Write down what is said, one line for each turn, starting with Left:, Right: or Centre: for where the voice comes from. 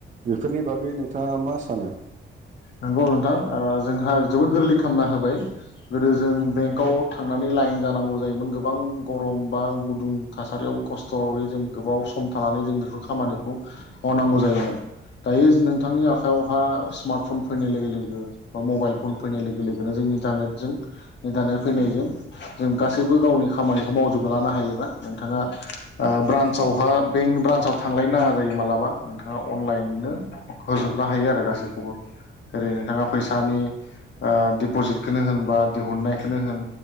Right: बेफोरनि बागै नोंथाङा मा सानो
Left: नंगौ नोंथां ओ जोंहा जोबोद गोरलै खालामामना होबाय गोदो जों बेंकाव थांनानै लाइन जानांगौ जायोमोन गोबां गरम बा गुदुं थासारियाव खस्थयै जों गोबाव सम थानानै जों बेफोर खामानिखौ मावनांगौ जायोमोन दायोज नोंथांनि आखायावहा स्मार्टफन लोगो लोगो बा मबाइल फन फैनाय लोगो लोगोनो जोंनि इन्टारनेटजों इन्टारनेट फैनायजों जों गासैबो गावनि खामानिखौ मावजोबना लानो हायोबा नोंथाङा ओ ब्रान्सआवहा बेंक ब्रान्साव थांलायनो नाङा जायो मालाबा नोंथाङा अनलाइननो होजोबनो हायो आरो गासैखौबो जेरै नोंथाङा फैसानि ओ दिपजिटखौनो होन बा दिहुनन्नायखौनो होन